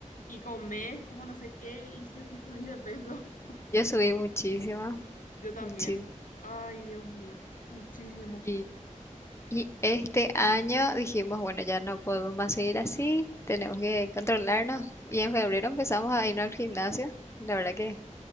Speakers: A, on the left; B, on the left.
A: y comés como no sé qué, y si así subís de peso, <laughs>
B: yo subí muchísimo,
A: yo también.
B: muchísimo.
A: Ay, Dios mío, muchísimo,
B: Y, y este año dijimos, bueno, ya no podemos más seguir así, tenemos que controlarnos. Y en febrero empezamos a irnos al gimnasio. La verdad que